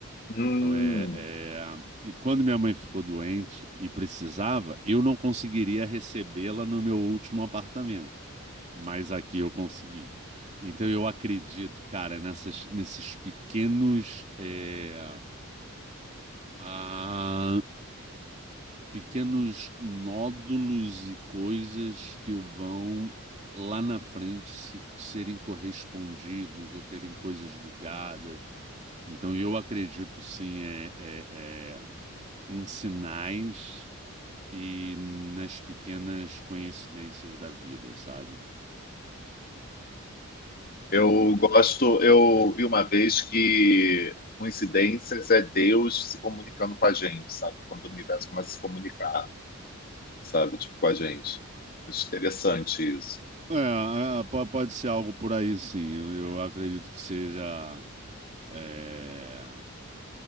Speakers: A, on the left; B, on the right.
A: Hum.
B: Então é, é, e quando minha mãe ficou doente e precisava, eu não conseguiria recebê-la no meu último apartamento mas aqui eu consegui. Então eu acredito, cara, nessas, nesses pequenos, é, ah, pequenos nódulos e coisas que vão lá na frente se, serem correspondidos ou terem coisas ligadas. Então eu acredito sim é, é, é, em sinais e nas pequenas coincidências da vida, sabe?
A: Eu gosto, eu vi uma vez que coincidências é Deus se comunicando com a gente, sabe? Quando o universo começa a se comunicar. sabe? Tipo, com a gente. Interessante isso.
B: É, é, po- pode ser algo por aí, sim. Eu, eu acredito que seja é,